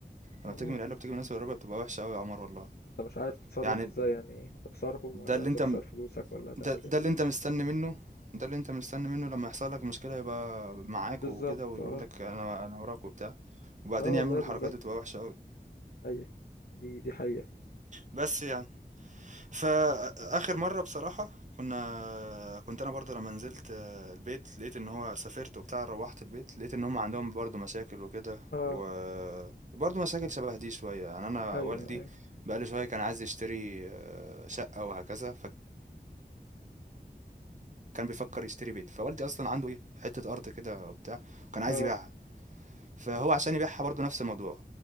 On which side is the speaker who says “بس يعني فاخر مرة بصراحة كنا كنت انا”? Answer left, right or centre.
Right